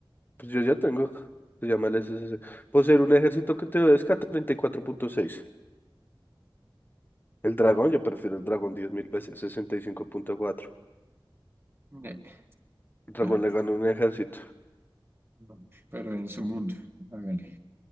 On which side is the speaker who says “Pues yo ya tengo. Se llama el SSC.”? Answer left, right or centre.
Left